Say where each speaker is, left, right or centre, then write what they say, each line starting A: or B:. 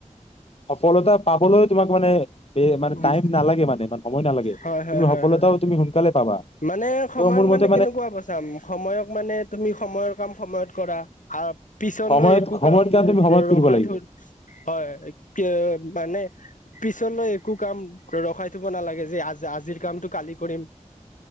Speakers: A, on the left; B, on the left.
A: সফলতা পাবলৈও তোমাক মানে ব মানে
B: উম
A: টাইম নালাগে মানে ই সময় নালাগে
B: হয় হয়
A: তুমি
B: হয়
A: সফলতাও
B: হয় হয়।
A: তুমি সোনকালে। পাবা
B: মানে
A: ত'
B: সময়ক
A: মোৰ মতে
B: মানে কেনেকুৱা ব চাম সময়ক মানে তুমি সময়ৰ কাম সময়ত কৰা। আৰু পিছলৈ
A: সময়ত
B: একো
A: সময়ত
B: কাম
A: তুমি সময়ত
B: ৰখাই
A: কৰিব লাগিব
B: থৈ হয় মানে পিছলৈ। কাম ৰখাই থব নালাগে যে আজ আজিৰ কামটো কালি কৰিম।